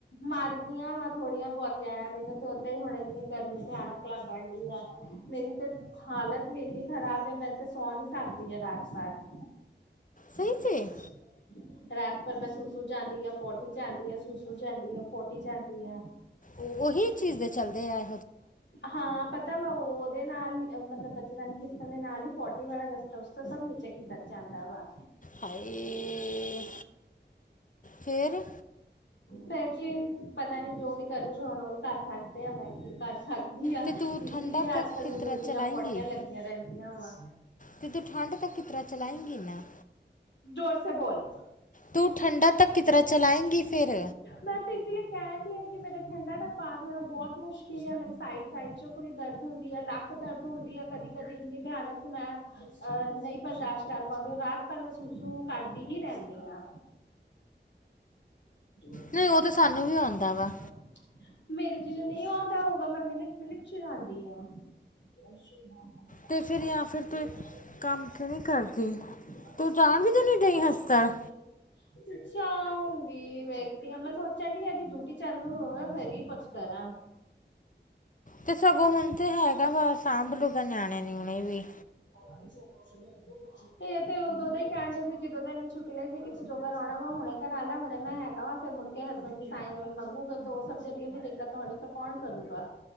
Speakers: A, on the left (about 75°); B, on the left (about 45°).
A: ਮਰਗੀਆਂ ਵਾ ਥੋੜੀਆਂ ਬਹੁਤੀਆਂ ਮੈਨੂੰ ਤੇ ਓਦਾਂ ਹੀ ਹੁਣ ਇੰਨੀ ਗਰਮੀ ਭਿਆਨਕ ਲੱਗਣ ਡੀ ਆ। ਮੇਰੀ ਤੇ ਹਾਲਤ ਵੀ ਇੰਨੀ ਖਰਾਬ ਐ ਮੈਂ ਤੇ ਸੌ ਨੀ ਸਕਦੀ ਆ ਰਾਤ ਭਰ।
B: ਸਹੀ
A: <unintelligible>
B: 'ਚ
A: ਰਾਤ ਭਰ ਮੈਂ ਸੁਸੂ ਜਾਂਦੀ ਆ, ਪੋਟੀ ਜਾਂਦੀ ਆ, ਸੁਸੂ ਜਾਂਦੀ ਆ, ਪੋਟੀ ਜਾਂਦੀ ਆ।
B: ਓਹੀ ਚੀਜ਼ ਦੇ ਚਲਦੇ ਐ।
A: ਹਾਂ ਪਤ ਤਾਂ ਉਹਦੇ ਨਾਲ ਈ ਮਤਲਬ ਬੱਚੇਦਾਨੀ ਖਿਸਕਣ ਦੇ ਨਾਲ ਹੀ ਪੋਟੀ ਵਾਲਾ ਰਸਤਾ ਉਸ ਤੋਂ ਸਭ ਨੀਚੇ ਖਿਸਣ ਜਾਂਦਾ ਵਾ।
B: ਹਾਏ ਫਿਰ
A: ਫੇਰ ਕੀ, ਪਤਾ ਨੀ ਜੋ ਵੀ ਕਰੂਗੇ ਹੁਣ ਓਹੀ ਕਰ ਸਕਦੇ ਆ ਮੈਂ ਕੀ ਕਰ ਸਕ ਦੀ ਆ
B: ਤੇ ਤੂੰ ਠੰਡਾ
A: ਇਸ ਲਈ
B: ਤੱਕ
A: ਅੱਜ ਕੱਲ
B: ਕਿਤਰਾ
A: ਮੈਨੂੰ ਇੰਨੀਆਂ
B: ਚਲਾਏਂਗੀ
A: ਪੋਟੀਆਂ ਲੱਗੀਆਂ ਰਹਿੰਦੀਆਂ ਵਾ।
B: ਤੇ ਤੂੰ ਠੰਡ ਤੱਕ ਕਿੰਤਰਾਂ ਚਲਾਈਂਗੀ ਨਾ।
A: ਜੋਰ ਸੇ ਬੋਲ,
B: ਤੂੰ ਠੰਡਾ ਤੱਕ ਕਿਤਰਾ ਚਲਾਏਂਗੀ ਫਿਰ
A: ਮੈਂ ਇਸ ਕਹਿਣ ਹੈ ਕਿ ਮੇਰਾ ਠੰਡਾ ਦਾ ਪਾਰ ਹੋਣਾ ਬਹੁਤ ਮੁਸ਼ਕਿਲ ਆ ਮੇਰੇ ਸਾਈਡ ਸਾਈਡ ਚੋਂ ਪੂਰੀ ਦਰਦ ਹੁੰਦੀ ਆ ਲੱਕ ਦਰਦ ਹੁੰਦੀ ਆ ਕਦੀ-ਕਦੀ ਇੰਨੀ ਭਿਆਨਕ ਮੈਂ ਅਹ ਨਈ ਬਰਦਾਸ਼ਤ ਕਰ ਪਾਓਂਦੀ ਰਾਤ ਭਰ ਮੈਂ ਸੁਸੂ ਕਰਦੀ ਹੀ ਰਹਿੰਦੀ ਆ। ਤੁਲਸੀ
B: ਨਹੀਂ
A: <inaudible> <unintelligible>
B: ਉਹ ਤਾਂ ਸਾਨੂੰ ਵੀ ਆਉਂਦਾ ਵਾ
A: ਮੇਰੇ ਜਿਨਾ ਨਈ ਆਉਂਦਾ ਹੋਗਾ ਮੈਂ ਮਿੰਨਟ-ਮਿੰਨਟ 'ਚ ਜਾਂਦੀ ਆ। <inaudible> <unintelligible>
B: ਤੇ ਫਿਰ ਜਾਂ ਫਿਰ ਤੂੰ ਇੱਕ ਕੰਮ ਕਿਉਂ ਨਹੀਂ ਕਰਦੀ ਤੂੰ ਜਾਣ ਵੀ ਤਾਂ ਨਹੀਂ ਡਈ ਹਸਪਤਾਲ
A: ਅੱਛਾ <unintelligible> ਵੀ ਵੇਖਦੀ ਆ ਮੈਂ ਸੋਚਣ ਡੀ ਇਹਦੀ ਡਿਊਟੀ ਚਾਲੂ ਹੋਵੇ ਫੇਰ ਈ ਕੁਛ ਕਰਾਂ।
B: ਤੇ ਸਗੋਂ ਹੁਣ ਤੇ ਹੈਗਾ ਵਾ ਸਾਂਭਲੁਗਾ ਨਿਆਣੇ ਨੀਉਣੇ ਵੀ।
A: <inaudible> <unintelligible> ਇਹ ਤੇ ਉਦੋਂ ਦਾ ਈ ਕਹਿਣ ਡ ਸੀ ਜਦੋਂ ਦਾ ਇਹਨੂੰ ਛੁੱਟ ਲਈ ਸੀ ਕਿ ਤੂੰ ਜੋ ਕਰਾਣਾ ਵਾ ਹੁਣੇ ਕਰਾ ਲਾ ਹੁਣੇ ਮੈਂ ਹੈਗਾ ਵਾ ਫਿਰ ਮੁੜਕੇ ਹਸਬੈਂਡ ਦੀ ਸਾਈਨ ਮੰਗੂਗੇ ਤੇ ਉਹ ਸਭ ਦੇ ਲਈ ਵੀ ਦਿੱਕਤ ਹੋਣੀ ਫੇਰ ਕੌਣ ਕਰੂਗਾ?